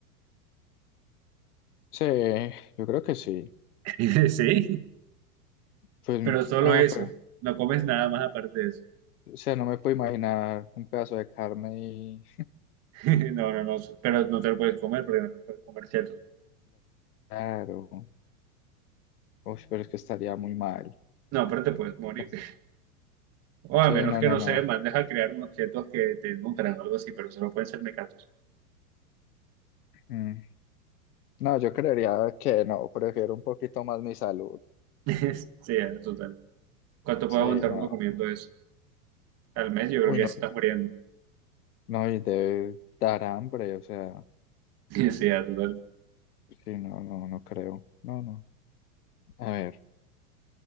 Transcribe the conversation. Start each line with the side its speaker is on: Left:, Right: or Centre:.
Left: sí, yo creo que sí.
Right: <laughs> Sí,
Left: Pues,
Right: pero solo
Left: ah,
Right: eso.
Left: pero,
Right: No comes nada más aparte de eso.
Left: o sea, no me puedo imaginar un pedazo de carne y
Right: <laughs> No, no, no. Pero no te lo puedes comer porque no puedes comer chetos.
Left: claro, uy, pero es que estaría muy mal.
Right: No, pero te puedes morir.
Left: Es-
Right: <laughs> O a
Left: Sí,
Right: menos
Left: no,
Right: que,
Left: no,
Right: no
Left: no.
Right: sé, mandes a crear unos chetos que te nutran o algo así, pero solo pueden ser mecatos.
Left: Mm, No, yo creería que no, prefiero un poquito más mi salud.
Right: <laughs> Sí, total. ¿Cuánto
Left: Sí,
Right: puede aguantar
Left: no.
Right: uno comiendo eso? Al mes yo
Left: Uy,
Right: creo que
Left: no,
Right: ya se está muriendo. <laughs>
Left: no, y debe dar hambre, o sea,
Right: Y sí, ya, total.
Left: sí, no, no, no creo. No, no. A ver,